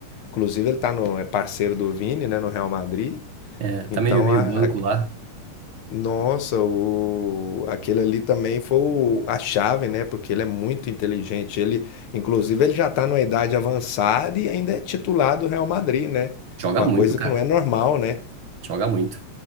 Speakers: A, on the left (about 60°); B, on the right (about 55°).
A: Inclusive, ele tá no, é parceiro do Vini, né? No Real Madrid.
B: é, também
A: Então,
B: meio
A: a,
B: branco
A: a-
B: lá.
A: nossa, o, aquele ali também foi o- a chave, né? Porque ele é muito inteligente. Ele, inclusive, ele já tá numa idade avançada e ainda é titular do Real Madrid, né?
B: Joga
A: Uma
B: muito,
A: coisa
B: cara.
A: que não é normal, né?
B: Joga muito.